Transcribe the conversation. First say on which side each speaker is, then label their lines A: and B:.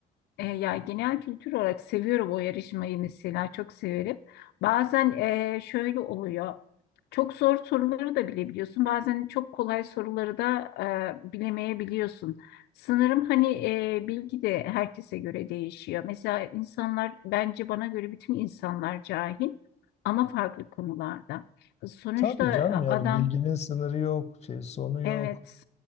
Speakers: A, on the left; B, on the left.
A: E, ya genel kültür olarak seviyorum o yarışmayı mesela çok severim. Bazen e, şöyle oluyor. Çok zor soruları da bilebiliyorsun. Bazen çok kolay soruları da e, bilemeyebiliyorsun. Sanırım hani e, bilgi de herkese göre değişiyor. Mesela insanlar bence bana göre bütün insanlar cahil ama farklı konularda. Sonuçta
B: Tabii canım
A: e, adam
B: yani bilginin sınırı yok, şey sonu yok.
A: evet